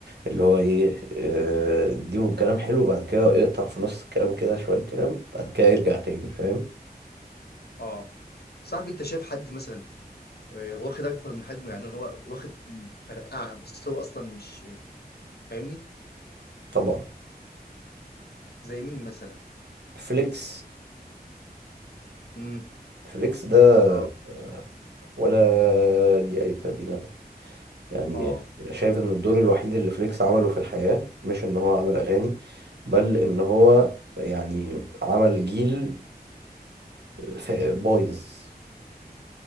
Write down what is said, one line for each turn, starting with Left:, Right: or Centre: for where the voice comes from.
Right: اللي هو ايه آه، اديهم كلام حلو بعد كده اقطع في نص الكلام كده شويه كلام بعد كده يرجع تاني فاهم
Left: اه صاحبي انت شايف حد مثلا آه، واخد اكبر من حجمه يعني هو واخد فرقعه بس هو اصلا مش فاهمني
Right: طبعا
Left: زي مين مثلا
Right: فليكس
Left: امم
Right: فليكس ده
Left: اه
Right: آه، ولا ليه أي 30 لازمة يعني
Left: اه
Right: شايف إن الدور الوحيد اللي فليكس عمله في الحياة مش إن هو عمل أغاني بل إن هو يعني عمل جيل فا- بايظ